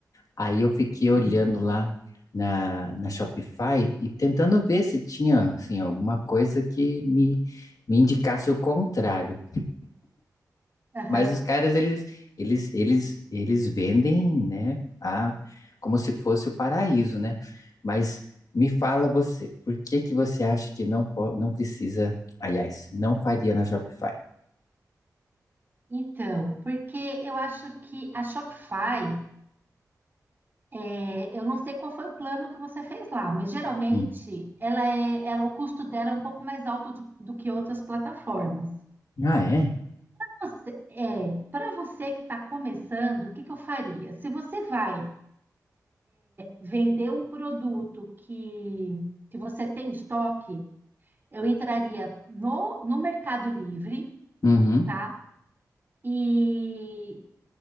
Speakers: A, on the left; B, on the right.
A: Aí eu fiquei olhando
B: Aí.
A: lá na, na Shopify e tentando ver se tinha assim, alguma coisa que me, me indicasse o contrário.
B: Aham.
A: Mas os caras, eles, eles, eles, eles vendem, né, a, como se fosse o paraíso, né? Mas me fala você, por que que você acha que não, po- não precisa, aliás, não faria na Shopify?
B: Então, porque eu acho que a Shopify, é, eu não sei qual foi o plano que você fez lá, mas geralmente
A: Hum.
B: ela é, ela, o custo dela é um pouco mais alto do, do que outras plataformas.
A: Ah, é?
B: Você- é, para você que está começando, o que que eu faria? Se você vai vender um produto que, que você tem em estoque Eu entraria no, no Mercado Livre,
A: Uhum.
B: tá? E